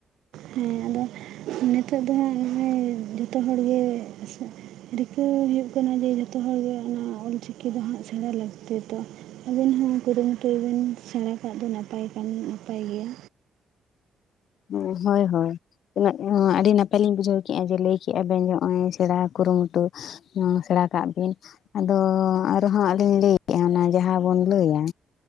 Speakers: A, on the right (about 85°); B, on the left (about 70°).
A: ᱦᱮᱸ ᱟᱫᱚ ᱱᱤᱛᱚᱜ ᱫᱚ ᱦᱟᱸᱜ ᱢᱟᱱᱮ ᱡᱚᱛᱚ ᱦᱚᱲ ᱜᱮ ᱦᱮᱸᱥᱮ ᱨᱤᱠᱟᱹ ᱦᱩᱭᱩᱜ ᱠᱟᱱᱟ ᱡᱮ ᱡᱚᱛᱚ ᱦᱚᱲᱜᱮ ᱚᱱᱟ ᱚᱞ ᱪᱤᱠᱤ ᱫᱚ ᱦᱟᱸᱜ ᱥᱮᱬᱟ ᱞᱟᱹᱠᱛᱤ ᱛᱚ ᱟᱹᱵᱤᱱ ᱦᱚᱸ ᱠᱩᱨᱩᱢᱩᱴᱩᱭ ᱵᱤᱱ ᱥᱮᱬᱟ ᱠᱟᱜ ᱫᱚ ᱱᱟᱯᱟᱭ ᱠᱟᱱ ᱱᱟᱯᱟᱭ ᱜᱮᱭᱟ
B: ᱦᱩᱸ ᱦᱚᱭ ᱦᱚᱭ ᱛᱤᱱᱟᱹᱜ ᱮ ᱟᱹᱰᱤ ᱱᱟᱯᱟᱭ ᱞᱤᱧ ᱵᱩᱡᱷᱟᱹᱣ ᱠᱮᱫ-ᱟ ᱡᱮ ᱞᱟᱹᱭ ᱠᱮᱫ-ᱟ ᱵᱤᱱ ᱱᱚᱜ-ᱚᱭ ᱥᱮᱬᱟ ᱠᱩᱨᱩᱢᱩᱴᱩ ᱦᱩ ᱥᱮᱬᱟ ᱠᱟᱜ ᱵᱤᱱ ᱟᱫᱚ ᱟᱨᱦᱚᱸ ᱟᱹᱞᱤᱧ ᱞᱤᱧ ᱞᱟᱹᱭ ᱠᱮᱫ-ᱟ ᱚᱱᱟ ᱡᱟᱦᱟᱸ ᱵᱚᱱ ᱞᱟᱹᱭᱟ